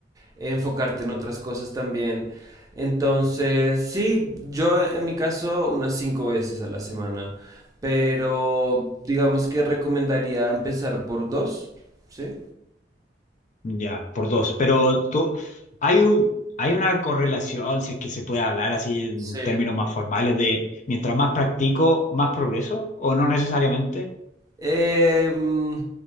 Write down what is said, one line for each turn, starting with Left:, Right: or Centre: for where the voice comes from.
Right: enfocarte en otras cosas también. Entonces, sí, yo en mi caso unas cinco veces a la semana, pero digamos que recomendaría empezar por dos, ¿sí?
Left: Ya, por dos. Pero tú, hay un, hay una correlación, si es que se puede hablar así en
Right: Sí.
Left: términos más formales, de mientras más practico, más progreso, o no necesariamente.
Right: Eh, mm,